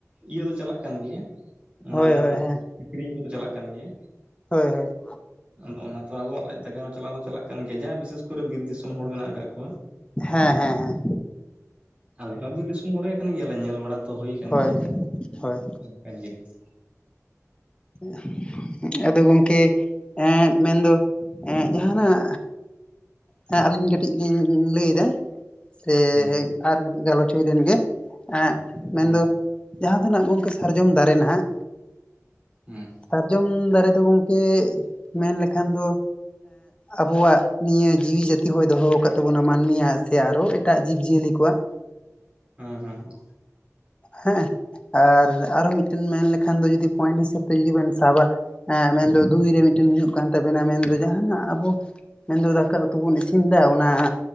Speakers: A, on the right; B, on the left.
A: ᱤᱭᱟᱹ ᱫᱚ ᱪᱟᱞᱟᱜ ᱠᱟᱱ ᱜᱮᱭᱟ ᱚᱱᱟ
B: ᱦᱳᱭ ᱦᱳᱭ ᱦᱮᱸ
A: ᱟᱠᱠᱷᱨᱤᱧ ᱠᱚᱫᱚ ᱪᱟᱞᱟᱜ ᱠᱟᱱ ᱜᱮᱭᱟ
B: ᱦᱳᱭ ᱦᱳᱭ
A: ᱟᱫᱚ ᱚᱱᱟ ᱛᱚ ᱟᱵᱚᱣᱟᱜ ᱞᱟᱡ ᱫᱟᱠᱟ ᱦᱚᱸ ᱪᱟᱞᱟᱣ ᱫᱚ ᱪᱟᱞᱟᱜ ᱠᱟᱱ ᱜᱮᱭᱟ ᱡᱟᱦᱟᱸ ᱵᱤᱥᱮᱥ ᱠᱚᱨᱮ ᱵᱤᱨ ᱫᱤᱥᱚᱢ ᱯᱨᱚᱛᱚᱢ ᱦᱚᱲ ᱢᱮᱱᱟᱜ ᱠᱟᱜ ᱠᱚᱣᱟ
B: ᱦᱮᱸ ᱦᱮᱸ ᱦᱮᱸ
A: ᱟᱞᱮ ᱦᱚᱸ ᱵᱤᱨ ᱫᱤᱥᱚᱢ ᱦᱚᱲᱮ ᱠᱟᱱ ᱜᱮᱭᱟᱞᱮ ᱧᱮᱞ ᱵᱟᱲᱟ ᱛᱚ ᱦᱩᱭ ᱠᱟᱱ
B: ᱦᱳᱭ
A: ᱜᱮᱭᱟ
B: ᱦᱳᱭ
A: ᱠᱟᱱ ᱡᱤᱱᱤᱥ
B: <inaudible> ᱟᱫᱚ ᱜᱚᱢᱠᱮ ᱮ ᱢᱮᱱᱫᱚ ᱡᱟᱦᱟᱱᱟᱜ ᱦᱮᱸ ᱟᱹᱞᱤᱧ ᱠᱟᱹᱴᱤᱡ ᱞᱤᱧ ᱞᱟᱹᱭ ᱮᱫᱟ ᱥᱮ
A: ᱦᱩᱸ
B: ᱟᱨ ᱠᱟᱹᱴᱤᱡ ᱜᱟᱞᱚᱪ ᱦᱩᱭ ᱞᱮᱱ ᱜᱮ ᱮᱜ ᱢᱮᱱᱫᱚ
A: ᱦᱩᱸ
B: ᱡᱟᱦᱟᱸ ᱛᱤᱱᱟᱹᱜ ᱱᱚᱝᱠᱟ ᱥᱟᱨᱡᱚᱢ ᱫᱟᱨᱮ ᱱᱟᱦᱟᱸᱜ
A: ᱦᱮᱸ
B: ᱥᱟᱨᱡᱚᱢ ᱫᱟᱨᱮ ᱫᱚ ᱜᱚᱝᱠᱮ ᱢᱮᱱ ᱞᱮᱠᱷᱟᱱ ᱫᱚ ᱟᱵᱚᱣᱟᱜ ᱱᱤᱭᱟᱹ ᱡᱤᱣᱤ ᱡᱟᱹᱛᱤ ᱦᱚᱭ ᱫᱚᱦᱚ ᱟᱠᱟᱫ ᱛᱟᱵᱚᱱᱟ ᱢᱟᱹᱱᱢᱤᱭᱟᱜ ᱥᱮ ᱟᱨᱚ ᱮᱴᱟᱜ ᱡᱤᱵᱽᱡᱤᱭᱟᱹᱞᱤ ᱠᱚᱣᱟᱜ
A: ᱦᱩᱸ ᱦᱩᱸ ᱦᱩᱸ
B: ᱦᱮᱸ ᱟᱨ ᱟᱨᱚ ᱢᱤᱫ ᱴᱮᱱ ᱢᱮᱱ ᱞᱮᱠᱷᱟᱱ ᱫᱚ ᱡᱚᱫᱤ ᱯᱚᱭᱮᱱᱴ ᱦᱤᱥᱟᱹᱵᱽ ᱛᱮ ᱡᱚᱫᱤ ᱵᱮᱱ ᱥᱟᱵᱟ ᱮᱸ ᱢᱮᱱᱫᱚ ᱫᱩᱭ ᱨᱮ ᱢᱤᱫ ᱴᱮᱱ ᱦᱩᱭᱩᱜ ᱠᱟᱱ ᱛᱟᱵᱮᱱᱟ ᱢᱮᱱᱫᱚ ᱡᱟᱦᱟᱱᱟᱜ ᱟᱵᱚ ᱢᱮᱱᱫᱚ ᱫᱟᱠᱟ ᱩᱛᱩ ᱵᱚᱱ ᱤᱥᱤᱱ ᱮᱫᱟ ᱚᱱᱟ